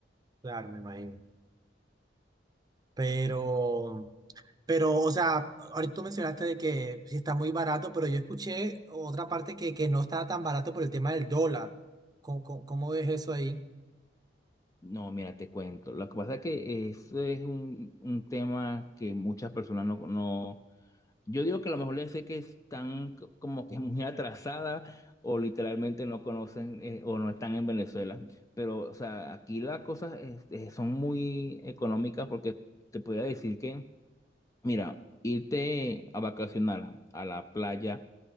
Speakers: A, on the right; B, on the left.
A: Claro, me imagino. Pero, pero, o sea, ahorita tú mencionaste de que sí está muy barato, pero yo escuché otra parte que, que no estaba tan barato por el tema del dólar. ¿Cómo, cómo, cómo ves eso ahí?
B: No, mira, te cuento. Lo que pasa es que eso es un, un tema que muchas personas no, no Yo digo que a lo mejor les sé que están co- como que muy atrasadas o literalmente no conocen eh, o no están en Venezuela. Pero, o sea, aquí las cosas este, son muy económicas porque te podría decir que, mira, irte a vacacionar a la playa,